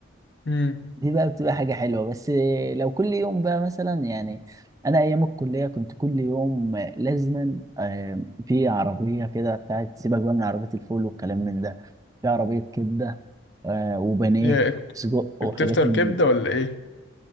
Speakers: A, on the left; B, on the right.
A: امم
B: دي بقى بتبقى حاجة حلوة بس إيه، لو كل يوم بقى مثلا يعني انا ايام الكلية كنت كل يوم لازما آه، في عربية كده بتاعت سيبك بقى من عربية الفول والكلام من ده في عربية كبدة آه، وبانيه
A: يا
B: سجق
A: بتفطر
B: وحاجات من
A: كبدة
B: دي
A: ولا إيه